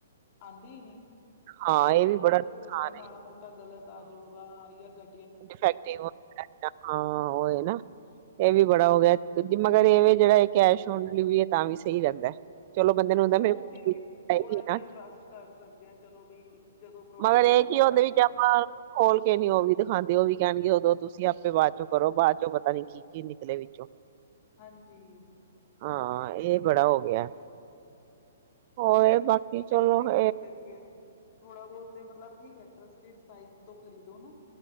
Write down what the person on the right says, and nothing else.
ਹਾਂ
ਇਹ
ਵੀ ਬੜਾ ਨੁਕਸਾਨ
ਹੈ
ਡਫੈਕਟਿਵ ਹਾਂ ਉਹ ਏ ਨਾ ਇਹ ਵੀ ਬੜਾ ਹੋ ਗਿਆ ਕਿਉਂਕਿ ਮਗਰ ਇਹ ਵੀ ਜਿਹੜਾ ਕੈਸ਼ ਔਨ ਡਿਲੀਵਰੀ ਹੈ ਤਾਂ ਵੀ ਸਹੀ ਰਹਿੰਦਾ। ਚਲੋ ਬੰਦੇ
ਨੂੰ ਹੁੰਦਾ
ਮੇਰੇ ਕੋਲ
ਚੀਜ਼
ਆਏਗੀ
ਨਾ
ਮਗਰ ਇਹ
ਕੀ ਹੁੰਦੇ
ਵਿੱਚ
ਆਪਾਂ ਖੋਲ ਕੇ ਨੀ ਉਹ ਵੀ ਦਿਖਾਂਦੇ ਉਹ ਵੀ ਕਹਿਣਗੇ ਉਦੋਂ ਤੁਸੀਂ ਆਪੇ ਬਾਅਦ ਚੋਂ ਕਰੋ ਬਾਅਦ ਚੋਂ ਪਤਾ ਨੀ ਕੀ-ਕੀ ਨਿਕਲੇ ਵਿੱਚੋਂ
ਹਾਂ ਇਹ ਬੜਾ ਹੋ ਗਿਆ, ਹੋ ਇਹ ਬਾਕੀ ਕੀ ਚਲੋ
<unintelligible>